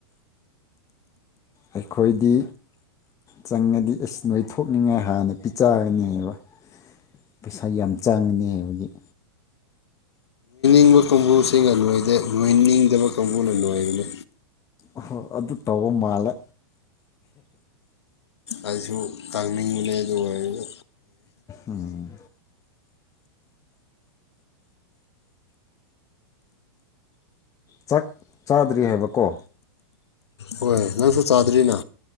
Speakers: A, on the left; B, on the left.
A: ꯑꯩꯈꯣꯏꯗꯤ ꯆꯪꯉꯗꯤ ꯑꯁ ꯅꯣꯏꯊꯣꯛꯅꯤꯡꯉꯥꯏ ꯍꯥꯟꯅ ꯄꯤꯖꯒꯅꯤꯕ ꯄꯩꯁꯥ ꯌꯥꯝ ꯆꯪꯉꯅꯤ ꯍꯨꯗꯤꯛ
B: ꯅꯤꯡꯕ ꯀꯥꯡꯕꯨꯁꯤꯡꯅ ꯅꯣꯏꯗꯦ ꯅꯣꯏꯅꯤꯡꯗꯕ ꯀꯥꯡꯕꯨꯅ ꯅꯣꯏꯕꯅꯤ
A: ꯑꯣꯍꯣ ꯑꯗꯨ ꯇꯧꯕ ꯃꯥꯜꯂꯦ
B: ꯑꯩꯁꯨ ꯇꯥꯡꯅꯤꯡꯕꯅꯦ ꯑꯗꯨ ꯑꯣꯏꯔꯖꯨ
A: ꯎꯝ ꯆꯥꯛ ꯆꯥꯗ꯭ꯔꯤ ꯍꯥꯏꯕꯀꯣ
B: ꯍꯣꯏ ꯅꯪꯁꯨ ꯆꯥꯗ꯭ꯔꯤꯅ